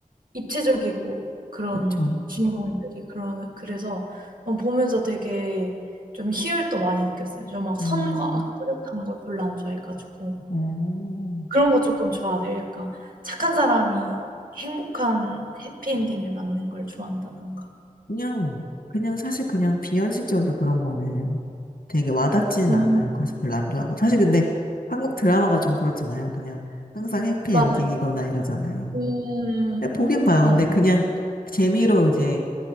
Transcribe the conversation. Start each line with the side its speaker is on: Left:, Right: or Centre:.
Right: 입체적이고 그런
Left: 그쵸.
Right: 주인공들이 그런 그래서 어 보면서 되게 좀 희열도 많이 느꼈어요. 저 막
Left: 음,
Right: 선과 악 뚜렷한 걸 별로 안 좋아해 가지고
Left: 어,
Right: 그런 거 쪼끔 좋아하세요. 약간 착한 사람이 행복한 해피엔딩을 맞는 걸 좋아한다든가.
Left: 그냥, 그냥 사실 그냥 비현실적으로 그런 거는 되게 와닿지는
Right: 음.
Left: 않아요. 그래서 별로 안 좋아하고. 사실 근데 한국 드라마가 좀 그렇잖아요. 그냥 항상 해피엔딩이거나
Right: 맞아요.
Left: 이러잖아요.
Right: 음.
Left: 근데 보긴 봐요.
Right: 맞아요.
Left: 근데 그냥 재미로 이제